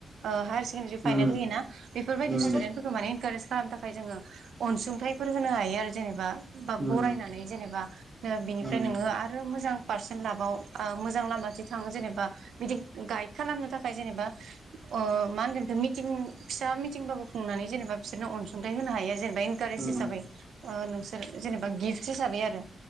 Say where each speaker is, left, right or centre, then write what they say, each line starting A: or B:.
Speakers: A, on the right (about 75°); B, on the right (about 15°).
A: ओ हायारस <unintelligible> फाइनाल
B: उम
A: होयोना बेफोरबायदि
B: उम
A: स्टुदेन्टफोरखो माने इनकारेज खालामनो थाखाय जोङो अनसुंथाइफोर होनो हाय यो आरो जेनेबा बा
B: उम
A: बरायनानै जेनेबा नो बिनि फ्राय
B: उम
A: नोङो आरो मोजां पारसेन्ट लाबाव ओ मोजां लामाथिं थाङो जेनेबा बिदि गाइद खालामनो थाखाय जेनेबा ओ मा होनगोन बिखो मिटिं फिसा <unintelligible> मिथिंबाबो खुंनानै जेनेबा बिसोरनो अनसुंथाइ होनो हायो जे बाय एनकारेस सो
B: उम
A: हिसाबै ओ नोंसोर जेनेबा गिफ्ट हिसाबै आरो